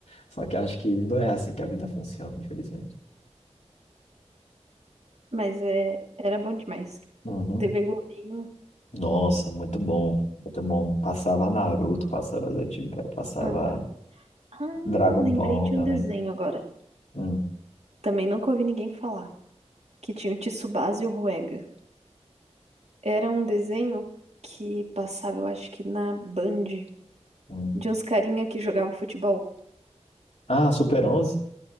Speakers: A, on the left (about 75°); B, on the right (about 65°).
A: só que acho que não é assim que a vida funciona, infelizmente.
B: Mas é... era bom demais.
A: Uhum.
B: TV Globinho.
A: Nossa, muito bom, muito bom. Passava Naruto, passava Zé Zetsu, passava
B: Aham. Ah,
A: Dragon
B: lembrei
A: Ball
B: de
A: também.
B: um desenho agora.
A: Hum,
B: Também nunca ouvi ninguém falar. Que tinha o Tsubasa e o Ruega. Era um desenho que passava, eu acho que na Band,
A: hum.
B: de uns carinha que jogava futebol.
A: Ah, Super Onze